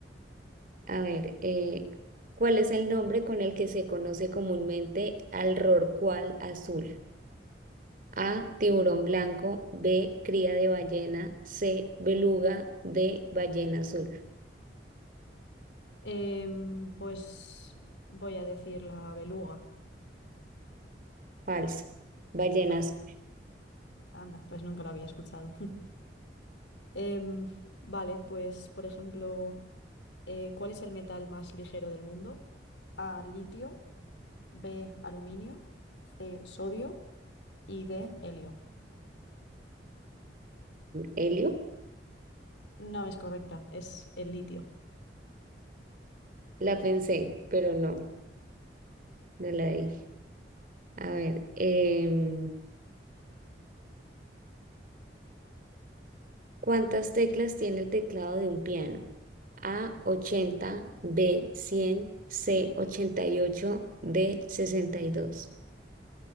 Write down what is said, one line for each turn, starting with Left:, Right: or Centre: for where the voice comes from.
Right: A ver, eh, ¿cuál es el nombre con el que se conoce comúnmente al rorcual azul? A, tiburón blanco, B, cría de ballena, C, beluga, D, ballena azul.
Left: Em, pues voy a decir la beluga.
Right: Falso. Ballenas.
Left: Vale, anda, pues nunca lo había escuchado. Em, vale, pues por ejemplo, eh, ¿cuál es el metal más ligero del mundo? A, litio, B, aluminio, C, sodio y D, helio.
Right: ¿Helio?
Left: No es correcta, es el litio.
Right: La pensé, pero no, no la dije. A ver, em, ¿Cuántas teclas tiene el teclado de un piano? A ochenta, B cien, C ochenta y ocho, D 62.